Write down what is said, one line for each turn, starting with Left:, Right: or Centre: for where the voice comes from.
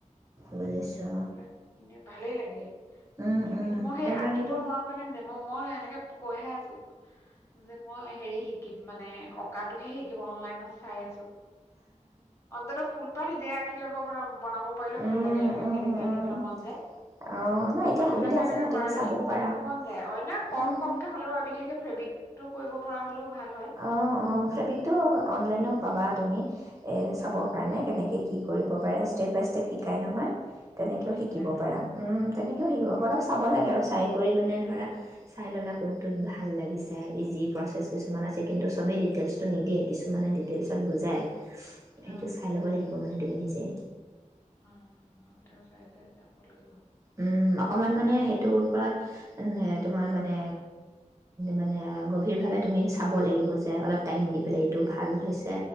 Right: বুজিছো
Left: এইবিলাক ইনে ভালেই লাগে
Right: উম
Left: এতিয়া
Right: উম
Left: কিন্তু মই সেই
Right: এম্ব্ৰইডাৰীটো
Left: আঁকিব নোৱাৰো, কাৰণে মই মই এনেকে কৈ হে আছো যে, মই হেৰি শিকিম মানে অঁকাটোহে শিকিম অনলাইনত চাই আছো, অন্তত ফুলপাহ নিজে আঁকি ল'ব বনাব পাৰিলেও
Right: উম
Left: ভাল লাগে এনে <unintelligible>
Right: উম উম
Left: মন যায়,
Right: অ নাই এতিয়া
Left: মানু্হবিলাকে
Right: সুবিধা
Left: এনেকে
Right: আছে না
Left: কৰা
Right: তুমি
Left: দেখি
Right: চাবও
Left: মোৰ পিন্ধিব
Right: পাৰা
Left: মন যায়, অন্য কম
Right: উম
Left: কম কে হলেওঁ বিশেষকে ফ্ৰেবিক টো কৰিব পৰা হ'লেও ভাল হয়
Right: অ', অ', ফেব্ৰিকটো অনলাইনো পাবা তুমি এ চাব কাৰণে কেনেকে কি কৰিব পাৰে ষ্টেপ বাই ষ্টেপ শিকাই নহয়। তেনেকেও
Left: অ, শিকাই
Right: শিকিব
Left: ন
Right: পাৰা উম, তেনেকেও শিকিব
Left: মই
Right: পাৰা,
Left: এতিয়া
Right: অলপ চাব
Left: আহিলে
Right: লাগে আৰু চাই কৰি মানে ধৰা চাই ল'লা কোনটোত ভাল লাগিছে ইজি প্ৰচেছ কিছু কিছুমান আছে কিন্তু চবেই ডিটেইলছটো নিদিয়ে, কিছুমানে ডিটেইলছত বুজায়। সেইটো
Left: অ
Right: চাই ল'ব লাগিব মানে তুমি নিজে
Left: অ', এইবিলাক চাই, চাই যাব লাগিব।
Right: উম, অকমান মানে সেইটোৰ ওপৰত উম, নে তোমাৰ মানে মানে গভীৰভাৱে তুমি চাব লাগিব যে, অলপ টাইম দি পেলাই এইটো ভাল হৈছে